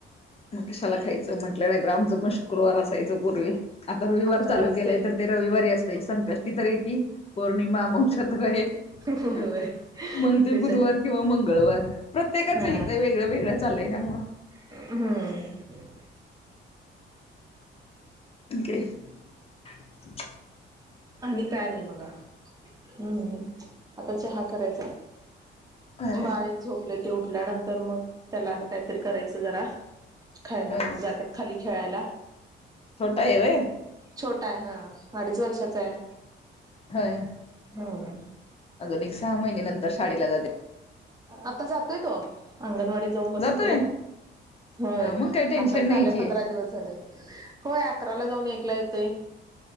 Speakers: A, on the left; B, on the right.
A: मग कशाला खायचं म्हटलं नाही तर आमचं पण शुक्रवार अस तय त्याचापूर्वी. आता रविवार
B: आमच्यात
A: चालू
B: असते.
A: केलाय तर ते रविवारी अस ते संकष्टी तर यती पौर्णिमा अमावश्या
B: होय
A: <unintelligible>
B: होय
A: मग ते
B: तेच
A: बुधवार
B: आहे.
A: किंवा मंगळवार. प्रत्येकाच
B: हा
A: हित वेगळं वेगळं चाललंय त्यामुळं
B: हम्म.
A: ठीक है.
B: आणि काय नाही बघा. हम्म, आता चहा करायचा
A: होय
B: बाळ झोपले ते उठल्यानंतर मग त्याला आणि काहीतरी करायचं जरा खायला
A: होय
B: मग जातात खाली खेळायला.
A: छोटा हाय व्हय?
B: छोटा आहे हा अडीच वर्षाचा आहे.
A: व्हय.
B: हम
A: अजून एक सहा महिन्यानंतर शाळेला जाईल.
B: आता जातोय तो अंगणवाडीत जाऊन बसते.
A: जातोय
B: होय,
A: हा मग काही टेन्शन
B: आता
A: नाही
B: चालंय
A: की
B: पंधरा दिवस झालं होय अकराला जाऊन एक एकला येतोय.